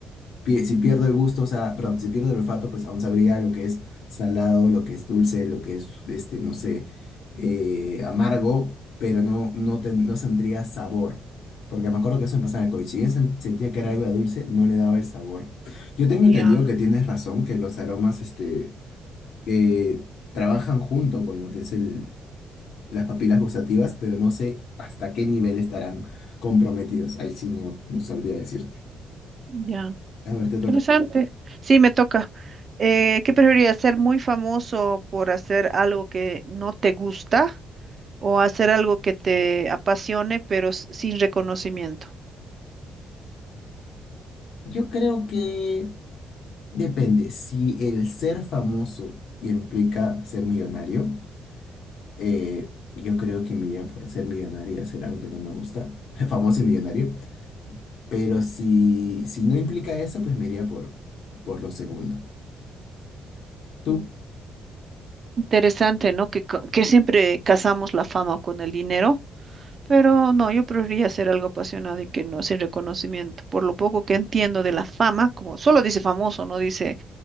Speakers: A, on the left; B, on the right.
A: pie- si pierdo el gusto, o sea, perdón, si pierdo el olfato, pues aún sabría lo que es salado, lo que es dulce, lo que es, este, no sé, eh, amargo, pero no, no, ten- no sentiría sabor. Porque me acuerdo que eso me pasaba en el COVID. Si bien sen- sentía que era algo de dulce, no le daba el sabor. Yo tengo
B: Ya,
A: entendido que tienes razón, que los aromas, este, que trabajan junto con lo que es el, las papilas gustativas, pero no sé hasta qué nivel estarán comprometidos. Ahí sí no, no sabría decirte.
B: ya.
A: A ver, te toca.
B: Interesante. Sí, me toca. Eh, ¿qué preferirías? ¿Ser muy famoso por hacer algo que no te gusta? o hacer algo que te apasione, pero s- sin reconocimiento.
A: Yo creo que depende. Si el ser famoso implica ser millonario, eh, yo creo que me iría por ser millonario y hacer algo que no me gusta, <laughs> famoso y millonario. Pero si, si no implica eso, pues me iría por, por lo segundo. ¿Tú?
B: Interesante, ¿no? Que, co- que siempre casamos la fama con el dinero, pero no, yo preferiría hacer algo apasionado y que no sin reconocimiento. Por lo poco que entiendo de la fama, como solo dice famoso, no dice,